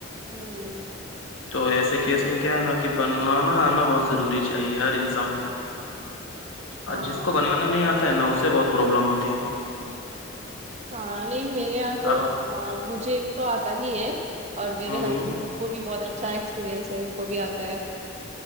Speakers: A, on the right (about 35°); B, on the left (about 80°).
A: ہوں
B: تو ایسے کیس میں کیا ہے نا کہ بننا نا آنا بہت ضروری چاہیے ہر انسان کو اور
A: ہاں
B: جس کو بنانا نہیں آتا ہے نا اس سے بہت پرابلم ہوتی ہے
A: ہاں نہیں میرے یہاں تو
B: اب
A: مجھے ایک تو آتا ہی ہے اور میرے
B: ہوں ہوں
A: ہسبینڈ وہ بھی بہت اچھا ایکسپیرریئنس ہے ان کو بھی آتا ہے